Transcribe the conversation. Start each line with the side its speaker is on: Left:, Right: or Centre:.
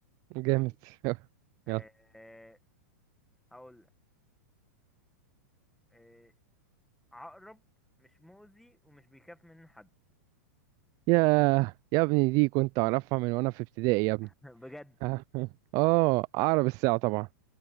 Right: جامد
Centre: طيب
Right: <laughs> يلا
Centre: أه هقول لك. أه عقرب مش مؤذي ومش بيخاف منه حد
Right: يا يا ابني دي كنت اعرفها من وانا في ابتدائي يا ابني
Centre: <laughs> بجد
Right: <laughs> اه اعرف الساعه طبعا